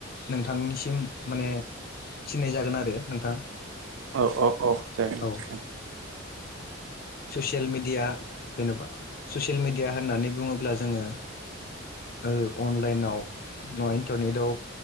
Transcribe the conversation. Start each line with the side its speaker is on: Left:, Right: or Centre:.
Left: नोंथांनिसिम माने थिननाय जागोन आरो नोंथां।
Right: औ औ औ जागोन
Left: औ
Right: जागोन।
Left: ससियेल मिडिया जेनबा ससियेल मिडिया होननानै बुङोब्ला जोङो ओ अनलाइनाव इन्टारनेटाव